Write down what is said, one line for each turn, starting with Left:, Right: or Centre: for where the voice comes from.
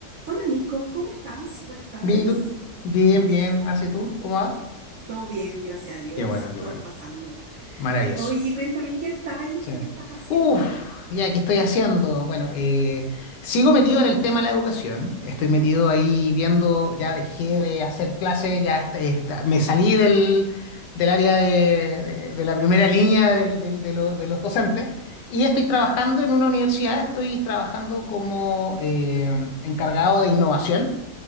Right: Hola Nico, ¿cómo estás? Buenas tardes.
Left: Bien, ¿y tú? Bien,
Right: Bien,
Left: bien, Marce, ¿y tú? ¿Cómo vas?
Right: todo bien, gracias a Dios,
Left: Qué bueno, qué
Right: todo
Left: bueno.
Right: pasando.
Left: Maravilloso.
Right: Oye, cuéntame, ¿en qué estáis?
Left: Sí.
Right: ¿Qué estás haciendo?
Left: Uf, ya, ¿qué estoy haciendo? Bueno, eh, sigo metido en el tema de la educación. Estoy metido ahí viendo, ya dejé de hacer clases, ya est- est- me salí del, del área de, de- de la primera línea del- del- de, lo- de los docentes y estoy trabajando en una universidad, estoy trabajando como eh, encargado de innovación.